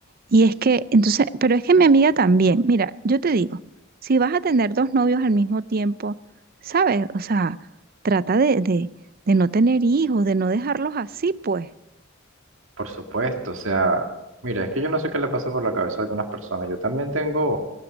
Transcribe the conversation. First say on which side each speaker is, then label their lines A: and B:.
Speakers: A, on the right; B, on the right.
A: Y es que, entonces, pero es que mi amiga también, mira, yo te digo, si vas a tener dos novios al mismo tiempo, ¿sabes? O sea, trata de, de, de no tener hijos, de no dejarlos así, pues.
B: por supuesto, o sea, mira, es que yo no sé qué le pasa por la cabeza a algunas personas, yo también tengo